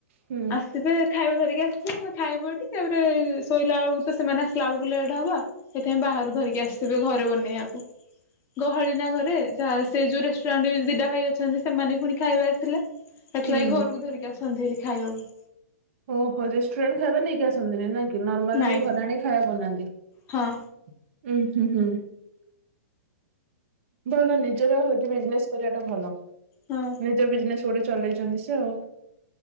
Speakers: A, on the right; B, on the left.
A: ହୁଁ।
B: ଆସିବେ ଖାଇବା ଧରିକି। ନା ଆମେ ଖାଇବ ଏଠି, ତାପରେ ଶୋଇଲା ବେଳକୁ ତ ସେମାନେ ଆସିଲା ବେଳକୁ ଲେଟ ହବ ସେଇଥିପାଇଁ ବାହାରୁ ଧରିକି ଆସୁ। ଆସିବେ ଘରେ ବନେଇବାକୁ ଗହଳି ନା ଘରେ ଯାହା ସେଇ ଯୋଉଁ ରେଷ୍ଟୁରାଣ୍ଟ ବିଦା ଭାଇ ଅଛନ୍ତି। ସେମାନେ ପୁଣି ଖାଇବା ଆସିଲେ ଏଥିଲାଗି
A: ହୁଁ।
B: ଘରକୁ ଧରିକି ଆସନ୍ତି ହାରି। ଖାଇବାକୁ।
A: ଓହୋ ରେଷ୍ଟୁରାଣ୍ଟ ଖାଇବା ନେଇକି ଆସନ୍ତି ନାଇଁ? ନର୍ମାଲ
B: ନାଇଁ
A: ଏମିତି ଘରାଣି ଖାଇବା ବନାନ୍ତି ।ଉଁ
B: ହଁ
A: ହୁଁ ହ ଭଲ ନିଜର ହଉଛି। ବିଜନେସ କରିବାଟା ଭଲ
B: ହଁ
A: ନିଜ ବିଜନେସ ଗୋଟେ ଚଲେଇଛନ୍ତି ସେ ଆଉ।